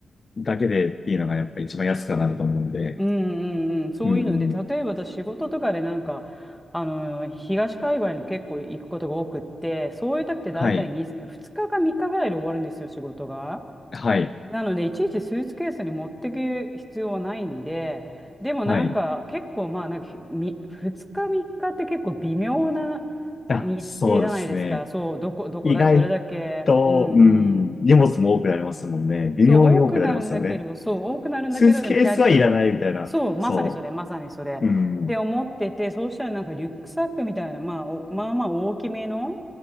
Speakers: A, on the left; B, in the centre.
A: だけでっていうのがやっぱ一番安くはなると思うんで。
B: うんうんうん、そういうので、
A: うん。
B: 例えば私仕事とかでなんか、あの、東海外に結構行くことが多くって、そういう時って大体2、
A: はい。
B: 2日か3日ぐらいで終わるんですよ、仕事が。
A: はい。
B: なので、いちいちスーツケースに持ってく必要はないんで、でもなんか結構まあ、
A: はい。
B: なんかみ2日3日っかって結構微妙な
A: あ、
B: 日程じゃないですか。
A: そうですね。
B: そう、どこ、どこだ、
A: 意外
B: どれだけ。
A: と、
B: うんう
A: うん、
B: ん。
A: 荷物も多くなりますもんね。微妙に多くなりますよね。
B: そう、多くなるんだけど、そう、多くなるんだけど、
A: スーツケースはいらないみたいな。
B: でもキャリーオン。そう、まさにそれ、
A: そ
B: まさにそれ。
A: う。うん。
B: で、思ってて、そうしたらなんかリュックサックみたいな、まあ、おまあまあ大きめの